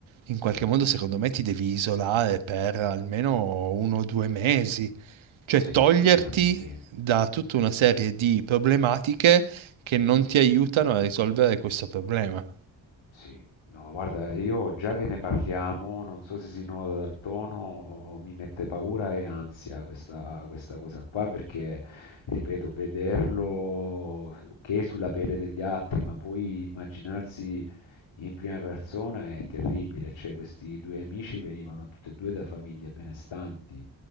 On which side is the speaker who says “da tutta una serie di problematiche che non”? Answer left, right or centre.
Right